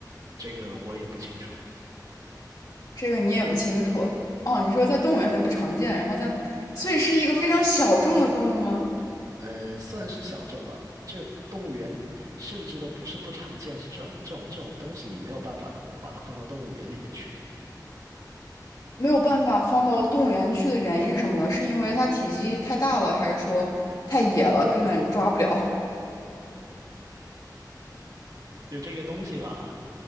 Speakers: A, on the right; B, on the left.
A: 这个我也不清楚。
B: 这个你也不清楚哦。你说在动物园里面不常见，然后在，所以是一个非常小众的动物吗？
A: 呃，算是小众吧。这动物园甚至都不是不常见，是这种这种这种东西，你没有办法，它不把它放到动物园里面去。
B: 没有办法放到动物园去的原因是什么呢？是因为它体积太大了，还是说太野了，根本抓不了？
A: 就这个东西吧，